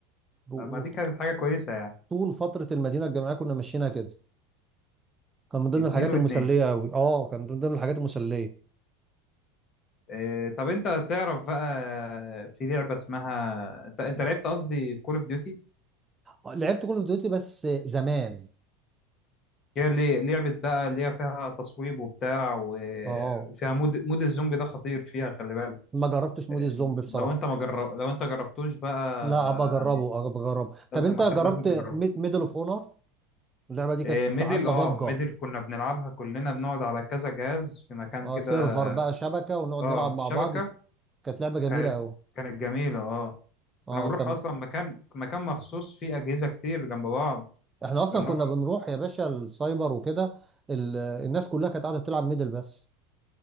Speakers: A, on the right (about 15°); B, on the left (about 35°).
A: و-
B: طب ما دي
A: و-
B: كانت حاجة كويسة يعني
A: طول فتره المدينه الجامعيه كنا ماشيينها كده كان من ضمن
B: اتنين
A: الحاجات
B: واتنين
A: المسلية أوي اه كان من ضمن الحاجات المسلية
B: إيه طب انت تعرف بقى في لعبة اسمها انت انت لعبت قصدي كول اوف ديوتي
A: آه، لعبت كول اوف ديوتي بس زمان
B: هي اللي لعبة بقى اللي هي فيها تصويب وبتاع و...
A: اه
B: وفيها مود مود الزومبي ده خطير فيها خلي بالك
A: ما جربتش مود
B: إيه،
A: الزومبي بصراحة
B: لو انت ما جرب... لو انت جربتوش بقى
A: لا ابقى اجربه
B: يعني
A: ابقى اجربه
B: لازم
A: طب انت
B: أخ...
A: جربت
B: لازم تجربه
A: ميدل اوف اونر اللعبة دي كانت
B: إيه، ميدل
A: عاملة
B: اه
A: ضجة
B: ميدل كنا بنلعبها كلنا بنقعد على كذا جهاز في مكان
A: اه
B: كده
A: سيرفر بقى شبكة ونقعد
B: اه
A: نلعب مع
B: شبكة
A: بعض كانت لعبة جميلة
B: كانت
A: قوي
B: كانت جميلة اه كنا
A: اه
B: بنروح
A: كان
B: اصلا مكان مكان مخصوص فيه اجهزة كتير جنب بعض
A: احنا اصلا
B: بنقعد
A: كنا بنروح يا باشا السايبر وكده ال... الناس كلها كانت قاعدة بتلعب ميدل بس